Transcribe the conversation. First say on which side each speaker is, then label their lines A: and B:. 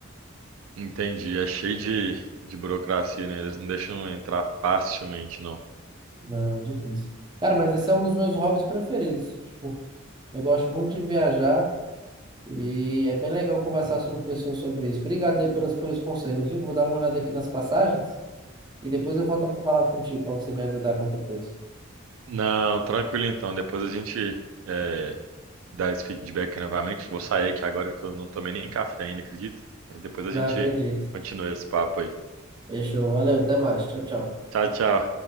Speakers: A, on the right; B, on the right.
A: entendi. É cheio de, de burocracia, né? Eles não deixam entrar facilmente, não.
B: Não, é difícil. Cara, mas esse é um dos meus hobbies preferidos. Tipo, eu gosto muito de viajar e é bem legal conversar sobre pessoas sobre isso. Obrigado aí pelos, pelos conselhos, viu? Vou dar uma olhada aqui nas passagens e depois eu volto para falar contigo para você me ajudar a qualquer coisa.
A: Não, tranquilo então. Depois a gente, é, dar esse feedback novamente. Vou sair aqui agora que eu não tomei nem café ainda, acredita? Mas depois a
B: Não
A: gente
B: acredito.
A: continua esse papo aí.
B: Fechou. Valeu, até mais. Tchau, tchau.
A: Tchau, tchau.